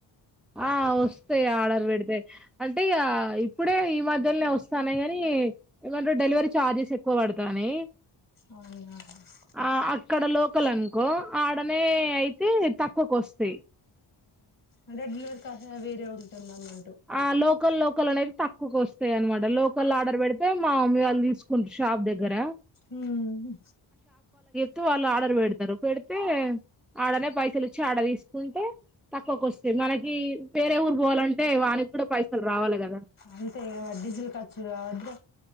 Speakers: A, in the centre; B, on the left.
A: ఆ వస్తాయి ఆర్డర్ పెడితే అంటే ఇగ ఇప్పుడే ఈ మధ్యలోనే వస్తాన్నాయి కానీ ఏమంటే డెలివరీ ఛార్జెస్ ఎక్కువ పడతాన్నాయ్
B: ఆ యాస్
A: ఆ అక్కడ లోకల్ అనుకో ఆడనే అయితే తక్కువకు వస్తాయి
B: అదే డెలివరీ <unintelligible> వేరే ఉంటుందనమా
A: ఆ లోకల్ లో కల్ అనేవి తక్కువకొస్తాయి అనమాట లోకల్ ఆర్డర్ పెడితే మా అమ్మీ వాళ్ళు తీసుకున్ షాప్ దగ్గర
B: ఉమ్ హు
A: తు వాళ్ళు ఆర్డర్ పెడతారు పెడితే ఆడనే పైసలు ఇచ్చి ఆడ తీసుకుంటే తక్కువకు వస్తాయి మనకి వేరే ఊరు పోవాలంటే వాళ్ ళ్ళక్ కూడా పైసలు రావాలి కదా
B: అంతేగా వాడి డీజిల్ ఖర్చు రావద్దా